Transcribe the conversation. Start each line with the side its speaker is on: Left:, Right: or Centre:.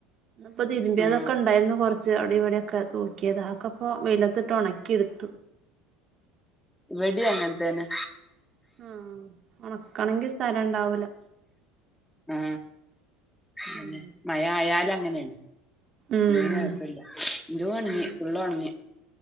Right: ഇപ്പൊ തിരുമ്പിയതൊക്കെ
Centre: ഉം
Right: ഇണ്ടായിരുന്നു കൊറച്ച്. ച്ച് അവിടെയിവിടെ തൂക്കിയത് ആക്കപ്പൊ വെയിലത്തിട്ട് ഒണക്കിയെടുത്തു.
Centre: ഇവിടിം അങ്ങനത്തേനെ.
Right: ആ ഉണക്കണമെങ്കി സ്ഥലം ഇണ്ടാവൂലൊ.
Centre: ആ പിന്നെ
Right: ഉം
Centre: മഴ ആയാലും അങ്ങനെയാണ്.
Right: ഉം
Centre: ഇവിടെ കുഴപ്പമില്ല ഇവിടെ ഉണങ്ങി
Right: ഉം
Centre: ഫുള്ളും ഉണങ്ങി.